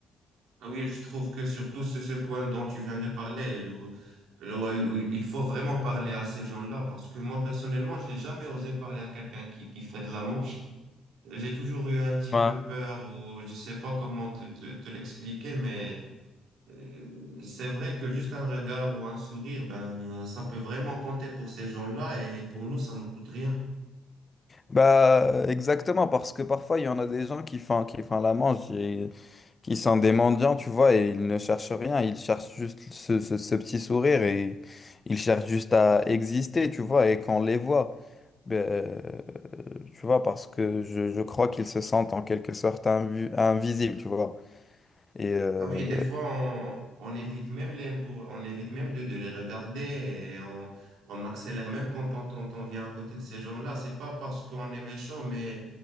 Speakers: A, on the right; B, on the left.
A: Ah Oui, je trouve que surtout ce, ce point dont tu viens de parler, le- le- où il faut vraiment parler à ces gens-là, parce que moi, personnellement, j'ai jamais osé parler à quelqu'un qui, qui fait de la manche. J'ai toujours eu un petit
B: Ouais.
A: peu peur, ou je sais pas comment te, te, te l'expliquer, mais euh, c'est vrai que juste un regard ou un sourire, ben, ça peut vraiment compter pour ces gens-là, et pour nous, ça ne coûte rien.
B: Bah, exactement, parce que parfois, il y en a des gens qui font, qui font la manche. qui sont des mendiants, tu vois, et ils ne cherchent rien, ils cherchent juste ce, ce- ce petit sourire et ils cherchent juste à exister, tu vois, et quand on les voit, ben, euh, tu vois, parce que je, je crois qu'ils se sentent en quelque sorte invu- invisibles, tu vois. Et euh,
A: Ah oui, des fois, on, on évite même les, pour, on évite même de, de les regarder et on, on accélère même quand on, on- on vient à côté de ces gens-là. C'est pas parce qu'on est méchant, mais